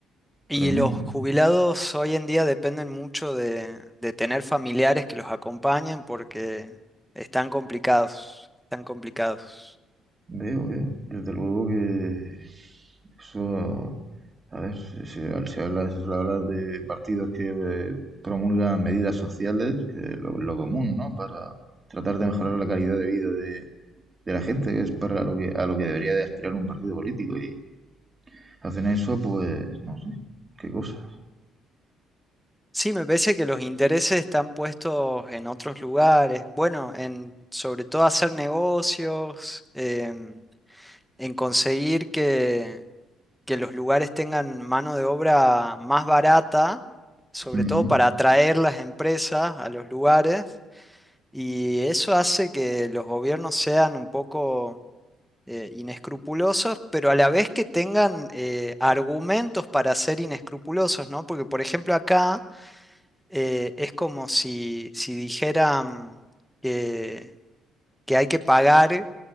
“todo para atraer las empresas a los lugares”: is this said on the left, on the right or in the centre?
Centre